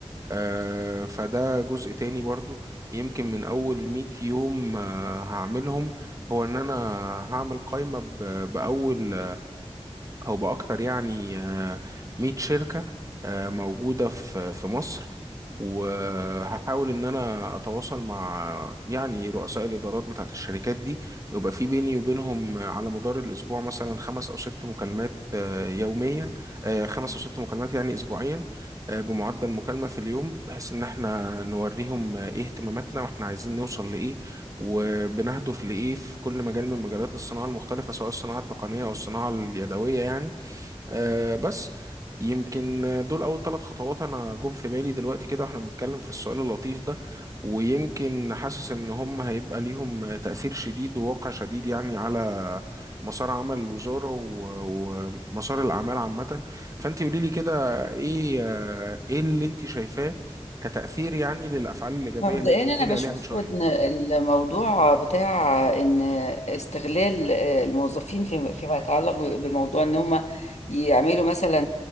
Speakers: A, on the right; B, on the left.
A: آه، فده جزء تاني برضو يمكن من أول 100 يوم آه، هعملهم هو إن أنا هعمل قائمة ب- بأول او باكتر يعني آه، 100 شركه آه، موجوده في في مصر وهحاول ان انا اتواصل مع يعني رؤساء الادارات بتاعت الشركات دي ويبقى في بيني وبينهم على مدار الاسبوع مثلا خمس او ست مكالمات آه، يوميا آه، خمس او ست مكالمات يعني اسبوعيا آه، بمعدل مكالمه في اليوم بحيث ان احنا نوريهم آه، ايه اهتماماتنا واحنا عايزين نوصل لايه وبنهدف لإيه في كل مجال من مجالات الصناعة المختلفة سواء الصناعة التقنية أو الصناعة اليدوية يعني آه بس يمكن دول أول ثلاث خطوات أنا جم في بالي دلوقتي كده وإحنا بنتكلم في السؤال اللطيف ده ويمكن حاسس إن هم هيبقى ليهم تأثير شديد وواقع شديد يعني على مسار عمل الوزارة و- ومسار الأعمال عامة فأنت قولي لي كده إيه آه، إيه اللي أنت شايفاه كتأثير يعني للأفعال الإيجابية
B: مبدئيا
A: اللي أنت
B: انا
A: قلت لي
B: بشوف
A: عليها من شوية
B: ان الموضوع بتاع ان استغلال الموظفين في- فيما يتعلق بموضوع ان هم يعملوا مثلا